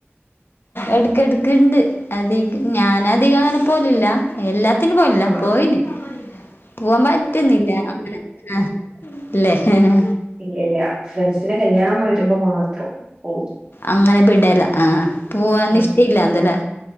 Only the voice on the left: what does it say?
എടക്കടക്ക്ണ്ട് അധിക ഞാനധികങ്ങനെ പോകലില്ല എല്ലാ ത്തിന് പോകല്ല
പോയിന്. പുവാംപറ്റുന്നില്ല അങ്ങനെ ആഹ് ല്ലേ ഹ് ഹ
അങ്ങനെ ബിടേല ആഹ് പൂവാനിഷ്ട
ഇല്ലാന്ന്ല്ലെ.